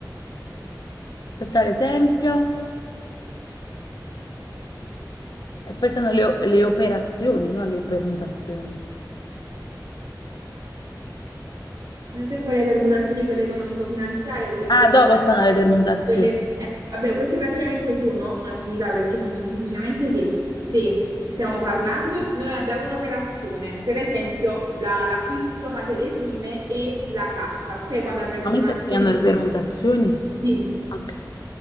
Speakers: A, on the left; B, on the right.
A: questo è l'esempio. E poi sono le, o- le operazioni, no? Le permutazioni.
B: Ne tengo le permutazioni, quelle economico-finanziarie, quelle
A: Ah,
B: solo
A: dopo
B: finanziarie,
A: sono le permutazioni.
B: quelle... eh, vabbè, queste praticamente sono una scimità perché ti dice semplicemente che se stiamo parlando, noi abbiamo un'operazione, per esempio la- l'acquisto materie prime e la cassa, ok? Quando apriamo
A: Ma
B: i due
A: mi
B: mastrini,
A: stai spiegando le permutazioni?
B: sì.
A: Ok.